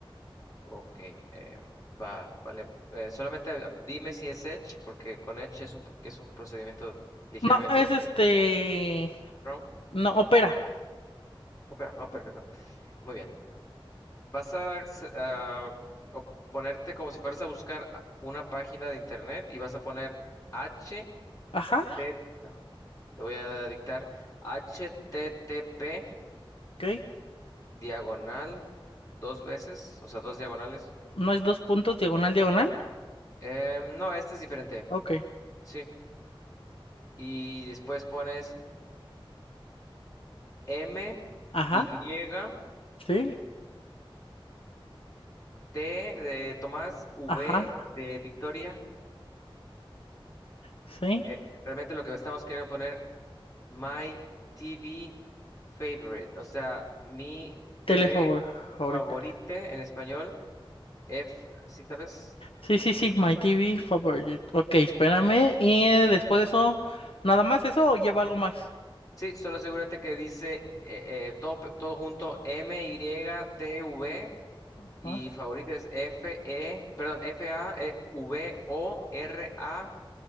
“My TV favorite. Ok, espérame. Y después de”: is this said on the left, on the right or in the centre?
Left